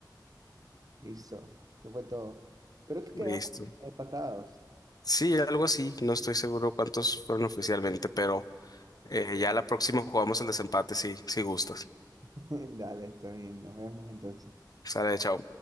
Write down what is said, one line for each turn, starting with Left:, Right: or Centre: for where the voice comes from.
Right: listo. Eso fue todo. Creo que quedamos
Left: Listo.
Right: empatados.
Left: Sí, algo así. No estoy seguro cuántos fueron oficialmente, pero eh, ya la próxima jugamos el desempate si, si gustas.
Right: <laughs> Dale, está bien. Nos vemos entonces.
Left: Sale, chao.